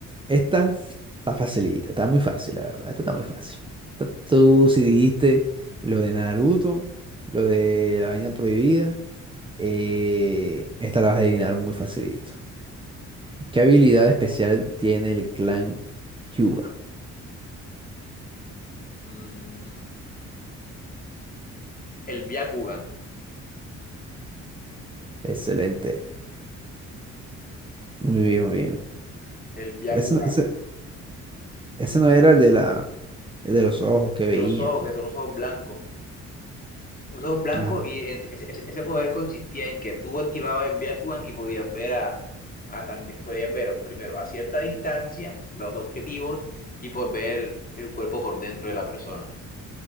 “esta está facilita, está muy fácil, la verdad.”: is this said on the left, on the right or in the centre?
Right